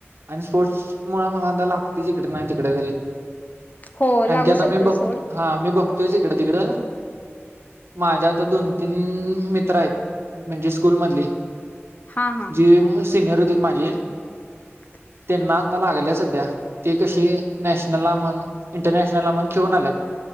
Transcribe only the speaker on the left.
हो लागू
शकते
सोड
हा हा
<inaudible>